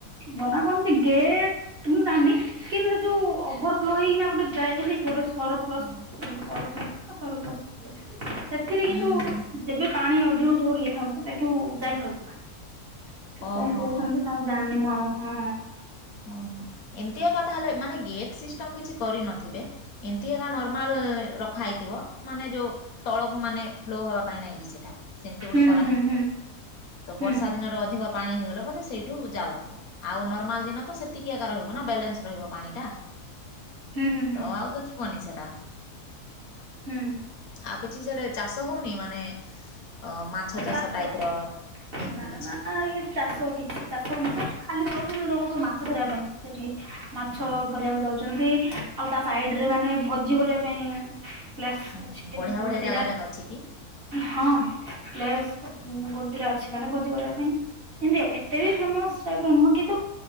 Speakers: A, on the right; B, on the left.
A: ବନା କୌଣସି ଗେଟ୍ ମୁଁ ଜାଣିନି। କିନ୍ତୁ ଯୋଉ ଓଭରଫ୍ଲୋ ହେଇକିନା ଗୋଟେ ଯାଏ ହେଲେ କି ଗୋଟେ ସରପ୍ଲସ୍।
B: ହଁ।
A: ମାନେ ସରପ୍ଲସ୍ ତ ସରପ୍ଲସ, <inaudible> ସେଥିରେ
B: ହୁଁ
A: କିନ୍ତୁ
B: ହୁଁ ହୁଁ
A: ଯେବେ ପାଣି ଅଧିକ ଯୋର ହେଇଥାଉଛି ସେଇଠୁ ଯାଇଥାଉଛି ପାଣି, ସେ
B: ଓହୋ
A: କଣ କହୁଛନ୍ତି?
B: ହୋ
A: ଆଉ ଜାଣିନି ମୁଁ ଆଉ ହଁଁ।
B: ଓହୋ, ଏମିତିଆ କଥା ହେଲେ ମାନେ ଗେଟ୍ ସିଷ୍ଟମ୍ କିଛି କରିନଥିବେ। ଏମତି ଏକା ନର୍ମାଲ୍ ରଖା ହେଇଥିବ ମାନେ ଯୋଉ ତଳକୁ ମାନେ ଫ୍ଲୋ ହବା ପାଇଁ ନାହିଁ କି ସେଟା ସେମିତି
A: ହୁଁ
B: ଗୋଟେ କରାହେଇଥିବ।
A: ହୁଁ ହୁଁ
B: ତ
A: ହୁଁ।
B: ବର୍ଷା ଦିନର ଅଧିକ ପାଣି ହେଇଗଲେ ବୋଧେ ସେଇଠୁ ଯାଉଥିବ, ଆଉ ନର୍ମାଲ ଦିନ ତ ସେତିକି ଏକା ରହିବ ନା ବେଲେନ୍ସ ରହିବ ପାଣି ଟା,
A: ହୁଁ ହୁଁ ହୁଁ
B: ତ ଆଉ ତ ଯିବନି ସେଟା।
A: ହୁଁ।
B: ଆଉ କିଛି ସିଆଡେ ଚାଷ ହଉନି ମାନେ ଅ, ମାଛ ଚାଷ
A: ତା ତ
B: ଟାଇପ୍ ର କିମତି
A: ନା
B: କିଛି?
A: ନା ଏ ଚାଷ କିଛି ଚାଷ ହଉନି ସେ ଖାଲି ଯାଉଛନ୍ତି ଲୋକ ସବୁ ମାଛ ଧରିବା ପାଇଁ ସେଠି। ମାଛ
B: ହଁ ହଁ
A: ଧରିବାକୁ ଯାଉଛନ୍ତି, ଆଉ ତା ସାଇଡ୍ ରେ ମାନେ ଭୋଜି କରିବା ପାଇଁ ପ୍ଲେସ୍
B: ହୁଁ
A: ଅଛି ଟିନ୍
B: ବଢ଼ିଆ
A: ଗୋଟେ
B: ବଢ଼ିଆ
A: ଦିଟା।
B: ଜାଗା ଯାକ ଅଛି କି?
A: ହଁ ପ୍ଲେସ୍ ଉଁ,
B: ହୁଁ ହୁଁ
A: ଗୋଟେ
B: ହୁଁ
A: ଦିଟା ଅଛି ମାନେ ଭୋଜି କରିବା ପାଇଁ। ଏମତି ଆଉ, ଏତେ ବି
B: ହୁଁ। ହୁଁ।
A: ଫେମସ୍ ଟାଇପ୍ ର ନୁହଁ କିନ୍ତୁ